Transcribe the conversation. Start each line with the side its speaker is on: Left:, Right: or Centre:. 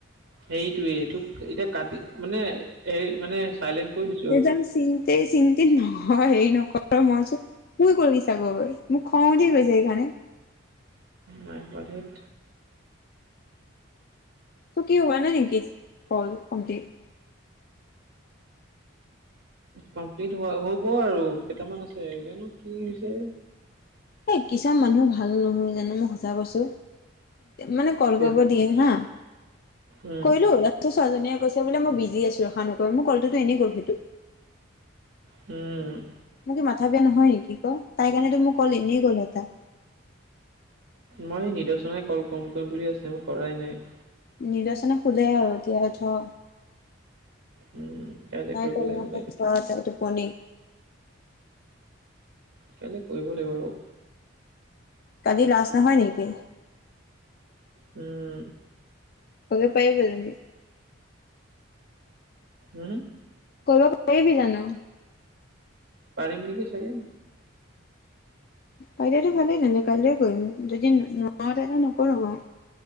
Right: হেৰিটয়ে তোক এতিয়া কাটি মানে হে মানে চাইলেণ্ট কৰি দিছো আৰু।
Left: <inaudible> এই চিন-তিন নহয়, হেৰি নকৰ মই চুন খুই গলি চাগৈ। মোৰ খংঙ উঠি গৈছে সেইকাৰণে।
Right: নাই খোৱা ধেত।
Left: তোৰ কি হোৱা নাই নেকি? হ'ল কমপ্লিট।
Right: কমপ্লিট হোৱা হ'ব আৰু কেইটামান আছে জানো কি হৈছে।
Left: এ' কিছুমান মানুহ ভাল নহয় জানো মই সঁচা কৈছো। মানে কল
Right: এতিয়া
Left: কৰিব দিয়ে হা,
Right: উম
Left: কৰিলোঁ ছোৱালী জনীয়ে কৈছে বোলে মই বিজি আছো, ৰখা নকৈ মোৰ কলটো এনে গল সেইটো।
Right: উম',।
Left: মোৰ কি মাথা বিয়া নহয় নেকি ক'? তাই কাৰণেতো মোৰ কল এনেই গল এটা।
Right: মই নিৰ্দৰ্শনে কল কম কৰিম বুলি আছে মই কৰাই নাই।
Left: নিৰ্দৰ্শনে খোলে আৰু এতিয়া থ'।
Right: উম কাইলৈ
Left: তাই
Right: কৰিব
Left: এতিয়া
Right: লাগিব কাইলৈ
Left: ধৰটে টোপনি
Right: কাইলৈ কৰিব লাগিব আৰু।
Left: কালি লাষ্ট নহয় নেকি?
Right: উম',।
Left: <unintelligible>
Right: উম
Left: কৰিব পাৰিবি জানো?
Right: পাৰিম নেকি চাগে
Left: পাৰি যদি ভালেই কলিলে কৰিম যদি নোৱাৰে তেনে নকৰো মই।